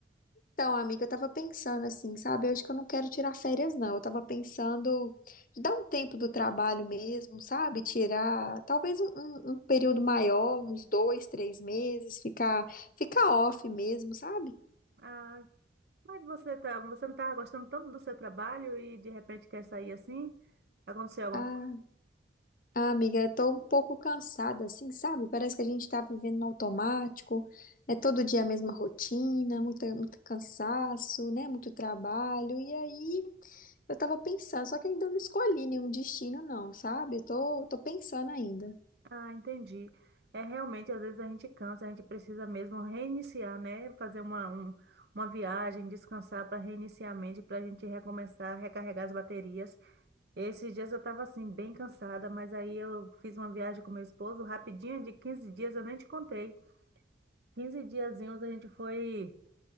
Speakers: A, on the left; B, on the right.
A: Então, amiga, eu tava pensando assim, sabe? Eu acho que eu não quero tirar férias, não. Eu tava pensando de dar um tempo do trabalho mesmo, sabe? Tirar talvez um, um- um período maior, uns dois, três meses, ficar, ficar off mesmo, sabe?
B: Ah, mas você tá, você não tá gostando tanto do seu trabalho e de repente quer sair assim? Aconteceu alguma
A: Ah,
B: coisa?
A: ah, amiga, eu tô um pouco cansada, assim, sabe? Parece que a gente tá vivendo no automático, é todo dia a mesma rotina, muita, muito cansaço, né? Muito trabalho, e aí. Eu tava pensando, só que ainda não escolhi nenhum destino, não, sabe? Tô, tô pensando ainda.
B: Ah, entendi. É realmente, às vezes a gente cansa, a gente precisa mesmo reiniciar, né? Fazer uma, um- uma viagem, descansar para reiniciar a mente, para a gente recomeçar, recarregar as baterias. Esses dias eu estava assim, bem cansada, mas aí eu fiz uma viagem com meu esposo rapidinha, de 15 dias, eu nem te contei. quinze diazinhos a gente foi